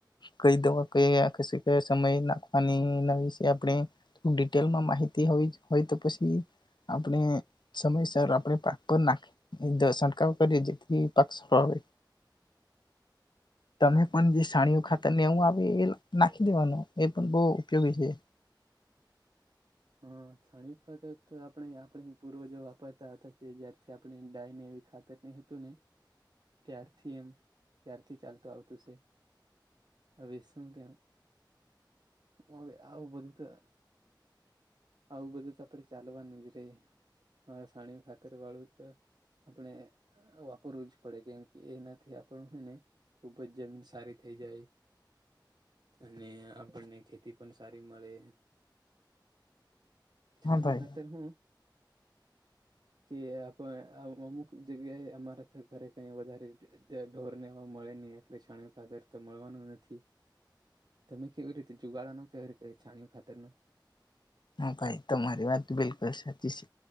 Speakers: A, on the left (about 70°); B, on the right (about 65°).
A: કઈ દવા કયા સમય નાખવાની એના વિશે આપણે ડિટેલમાં માહિતી હો હોય તો પછી આપણે સમયસર આપણે પાક પર નાખી છંટકાવ કરીએ જેથી પાક સો આવે. તમે પણ જે સાણીઓ ખાતર ને એવું આવે એ નાખી દવાનું એ એ પણ બહ ઉપયોગ છે.
B: હા છાણી ખાતર તો આપણે આપણે પૂરો જે રતાશે જ્યારથી આપણે ડાયને એવી ખાતર ન હતું ને. ત્યારથી એમ. ક્યારથી ચાલતું આવતું છે. આ વસંગમ હવે આવું બધું તો આવું બધું તો આપડે ચાલવાનું જ રે. હા સાણી ખાતર વાળું તો આપણે વાપરવ જ પડે કેમ. કે એનાથી આપણ હોને, ખૂબ જ જમીન સારી થઈ જાય, અને આપણને ખેતી પણ સારી મળે. જાણ્યું
A: હા ભાઈ
B: ખાતર હું કે આપમ જગ્યાએ અમારા ઘરે કઈ વધારે ઢોરનેવા મળે નહી એટલે છાણ ખાતર તો મળવાનું નથી. તમે કેવી રીતે જુગાડા કેવી રીતે છાણી ખા તેનું
A: હા ભાઈ તમારી વાત બિલકુલ સાચી છે,